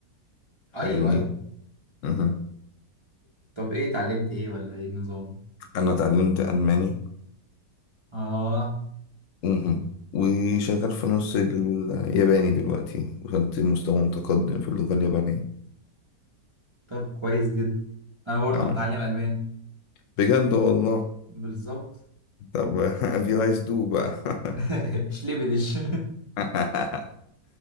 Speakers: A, on the left; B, on the right.
A: فاهمني
B: ايوه ايوه
A: مهم.
B: طب ايه اتعلمت ايه ولا ايه النظام
A: أنا اتعلمت ألماني
B: اه
A: مهم. وشغال في نص الياباني دلوقتي وصلت لمستوى متقدم في اللغة اليابانية
B: طب كويس جدا انا برضه
A: اه
B: متعلم الماني
A: بجد والله
B: بالظبط
A: طب <laughs> if you guys do بقى <laughs>
B: <laughs> شلبدش
A: <laughs>